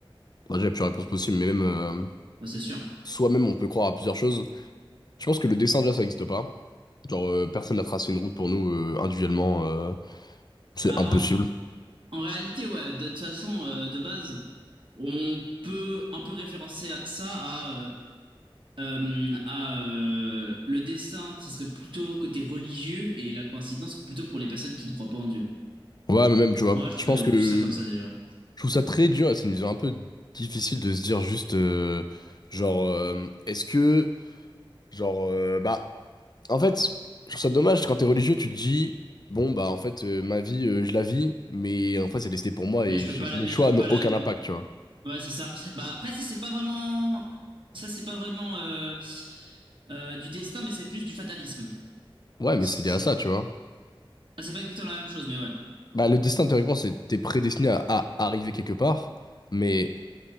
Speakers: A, on the left; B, on the right.
A: bah, déjà, plusieurs réponses possibles, mais même. euh,
B: Bah, c'est sûr.
A: Soi-même, on peut croire à plusieurs choses. Je pense que le dessin, déjà, ça n'existe pas. Genre, euh, personne n'a tracé une route pour nous euh, individuellement. euh, c'est
B: Bah,
A: impossible.
B: en, en réalité, ouais, de toute façon, euh, de base, on peut un peu référencer à- ça à, euh, euh, à euh, le destin, ça serait plutôt côté religieux et la coïncidence plutôt pour les personnes qui ne croient pas en Dieu.
A: Ouais, mais même, tu vois.
B: Moi, je
A: Je
B: vais
A: pense que.
B: plus ça comme ça déjà.
A: Je trouve ça très dur et c'est une vision un peu difficile de se dire juste. euh, Genre, euh, est-ce que. Genre, euh, bah, en fait, je trouve ça dommage quand t'es religieux, tu te dis, bon, bah, en fait, euh, ma vie, euh, je la vis, mais en fait, c'est destiné pour moi
B: Mais
A: et
B: je peux
A: j'ai-
B: pas,
A: mes
B: la- mais
A: choix
B: je peux
A: n'ont
B: pas la,
A: aucun impact, tu vois.
B: Ouais, c'est ça. Bah après ça c'est pas vraiment ça c'est pas vraiment euh, euh, du destin mais c'est plus du fatalisme.
A: Ouais, mais
B: C'est
A: c'est lié à ça, tu vois.
B: ah, c'est pas exactement la même chose mais ouais.
A: Bah, le destin, théoriquement, c'est t'es prédestiné à, à arriver quelque part, mais